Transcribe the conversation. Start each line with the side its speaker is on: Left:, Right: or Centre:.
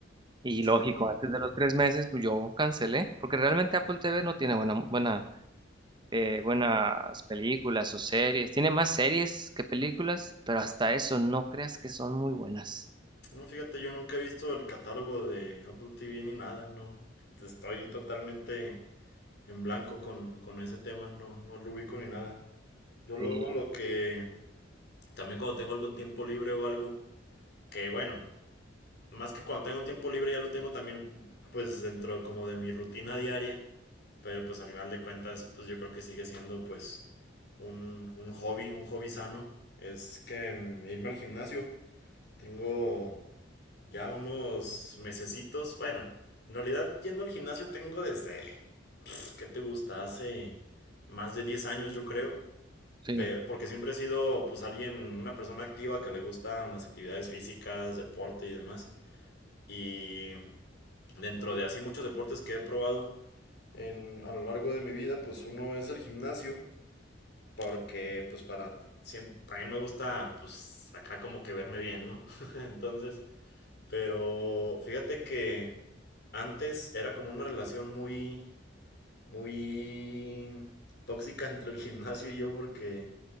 Right: Y lógico,
Left: Ok.
Right: antes de los tres meses, pues yo cancelé, porque realmente Apple TV no tiene buena, buena, eh, buenas películas o series, tiene más series que películas, pero hasta eso no creas que son muy buenas.
Left: No, fíjate, yo nunca he visto el catálogo de Apple TV ni nada, no. Estoy totalmente en blanco con, con ese tema, no, no lo ubico ni nada. Yo luego
Right: Sí,
Left: lo que... También cuando tengo algún tiempo libre o algo, que bueno, más que cuando tengo un tiempo libre ya lo tengo también pues dentro como de mi rutina diaria, pero pues al final de cuentas pues yo creo que sigue siendo pues un, un hobby, un hobby sano, es que mm, irme al gimnasio. Tengo ya unos mesecitos. Bueno, en realidad yendo al gimnasio tengo desde, ¿qué te gusta? Hace más de 10 años yo creo.
Right: sí,
Left: Pero, porque siempre he sido pues alguien, una persona activa que le gustan las actividades físicas, deporte y demás. Y dentro de así muchos deportes que he probado en, a lo largo de mi vida, pues uno es el gimnasio, Porque, pues, para. También me gusta, pues, acá como que verme bien, ¿no? <laughs> Entonces, pero fíjate que antes era como una relación muy. Muy tóxica <laughs> entre el gimnasio y yo, porque